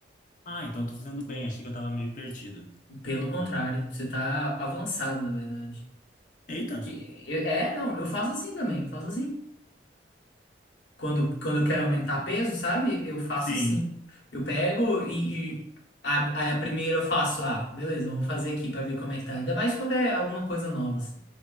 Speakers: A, on the left; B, on the left.
A: Ah, então eu tô fazendo bem. Achei que eu tava meio perdido.
B: Pelo contrário,
A: Não.
B: você tá avançado, na verdade.
A: Eita.
B: Que, eu- é, não, eu faço assim também, eu faço assim. Quando, quando eu quero aumentar peso, sabe? Eu faço
A: Sim,
B: assim. Eu pego e, e a, aí a primeira eu faço, ah, beleza, vamos fazer aqui pra ver como é que tá. Ainda mais quando é alguma coisa nova, assim.